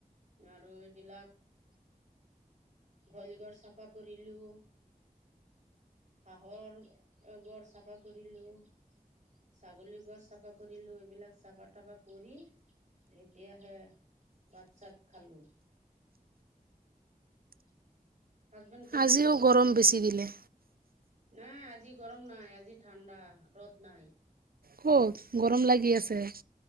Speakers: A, on the right; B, on the right.
A: আৰু এইবিলাক গইলঘৰ চাফা কৰিলোঁ। হাঁহৰ ঘৰ চাফা কৰিলোঁ। ছাগলীৰ ঘৰ চাফা কৰিলোঁ, এইবিলাক চাফা তাফা কৰি‌ এতিয়াহে বাত চাত খালোঁ। হাজবেণ্ড ক'ত
B: আজিও
A: গ'ল?
B: গৰম বেছি দিলে
A: নাই আজি গৰম নাই, আজি ঠাণ্ডা, ৰ'দ নাই।
B: ক'ত গৰম লাগি আছে।